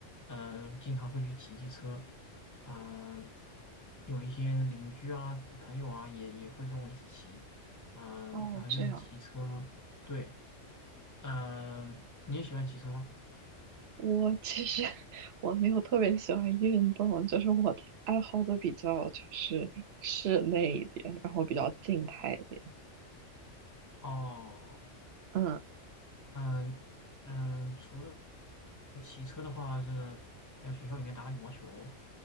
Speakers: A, on the left (about 25°); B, on the right (about 65°).
A: 呃经常会去骑骑车，嗯、有一些邻居啊、朋友啊，也也会跟我一起骑。嗯、
B: 哦，
A: 然后就是骑车，
B: 这样。
A: 对，嗯、你也喜欢骑车吗？
B: 我其实 <laughs> 我没有特别喜欢运动，就是我的爱好都比较就是室内一点，然后比较静态一点。
A: 哦，
B: 嗯
A: 嗯嗯，除了骑车的话是，还有学校里面打打羽毛球，